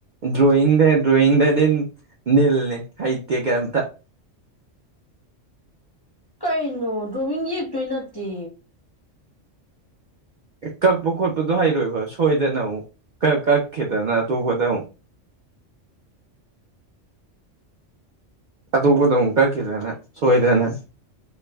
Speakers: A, on the right; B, on the left.
A: ꯗ꯭ꯔꯣꯌ ꯗ ꯗ꯭ꯔꯣꯌ ꯗꯗꯤ ꯅꯅꯤꯜꯅꯦ ꯍꯥꯏꯇꯒꯇ
B: ꯀꯩꯅꯣ ꯗ꯭ꯔꯣꯃꯤꯡ ꯌꯦꯛꯇꯣꯏ ꯅꯠꯇꯦ
A: ꯀꯛꯄ ꯈꯣꯠꯄꯗꯣ ꯍꯩꯔꯣꯏꯕ ꯁꯣꯏꯗꯅ ꯑꯃꯨꯛ ꯀ ꯀꯛꯈꯤꯗꯅ ꯑꯇꯣꯞꯄꯗ ꯑꯃꯨꯛ ꯑꯗꯨꯄꯗ ꯑꯃꯨꯛ ꯀꯛꯈꯤꯗꯅ ꯁꯣꯏꯗꯅ